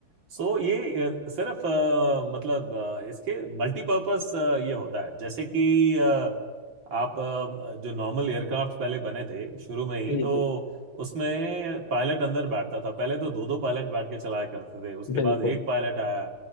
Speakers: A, on the right (about 65°); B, on the left (about 80°).
A: सो ये अ, सिर्फ अ, मतलब अ, इसके मल्टीपर्पस ये होता है जैसे कि आप अ, जो नॉर्मल एयरक्राफ्ट पहले बने थे शुरू में ही
B: जी
A: तो
B: जी
A: उसमें पायलट अंदर बैठता था पहले तो दो दो पायलट बैठ के चलाया करते थे उसके
B: बिल्कुल
A: बाद एक पायलट आया